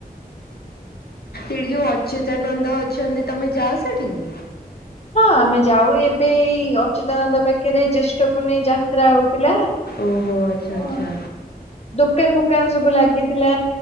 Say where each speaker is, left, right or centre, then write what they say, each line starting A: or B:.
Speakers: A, on the left; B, on the left.
A: ଏଇଠି ଯୋଉ ଅଚ୍ୟୁତାନନ୍ଦ ଅଛନ୍ତି ତମେ ଯାଅ ସେଠିକି?
B: ହଁ ଆମେ ଯାଉ ଏବେ ଏଇ ଅଚ୍ୟୁତାନନ୍ଦ ପାଖରେ ଜ୍ୟେଷ୍ଠ ପୁନେଇେ ଯାତ୍ରା ହଉ ଥିଲା
A: ଓହୋ ଆଚ୍ଛା
B: ଅ
A: ଆଚ୍ଛା
B: ଦୋକାନ ଫୋକାନ ସବୁ ଲାଗିଥିଲା।